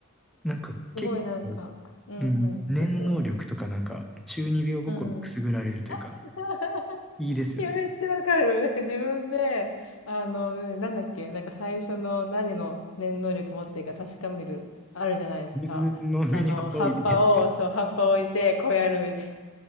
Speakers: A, in the centre; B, on the left.
A: なんか結構、
B: すごいなんか、うんうん、
A: うん、念能力とかなんか中二病心くすぐられるというか、
B: 結構、うん。<laughs>
A: いいですよね。
B: いや、めっちゃわかる。なんか自分で、あの、ねなんだっけ、なんか最初の何の念能力持ってるか確かめる、あるじゃないですか。
A: 水の上に葉っぱ置いて、
B: あの、葉っぱを、そう、葉っぱ置いて、こうやるみたいな。